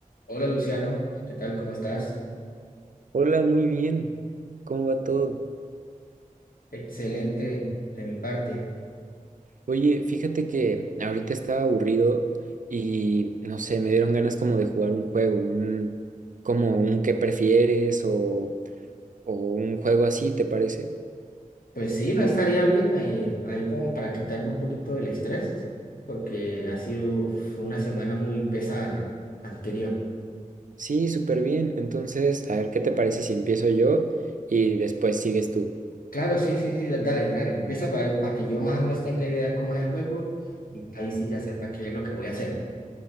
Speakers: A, on the left; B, on the right.
A: Hola Luciano, ¿qué tal? ¿Cómo estás?
B: Hola, muy bien. ¿Cómo va todo?
A: Excelente de mi parte.
B: Oye, fíjate que ahorita estaba aburrido y no sé, me dieron ganas como de jugar un juego, un como un qué prefieres o, o un juego así, ¿te parece?
A: Pues sí, no estaría bien eh, ahí como para quitarme un poquito del estrés, porque ha sido fue una semana muy pesada la anterior.
B: Sí, súper bien. Entonces, a ver, ¿qué te parece si empiezo yo y después sigues tú?
A: Claro, sí, sí, sí, da- dale, dale, empieza para, para que yo más o menos tenga idea cómo es el juego y ahí sí ya sepa qué es lo que voy a hacer.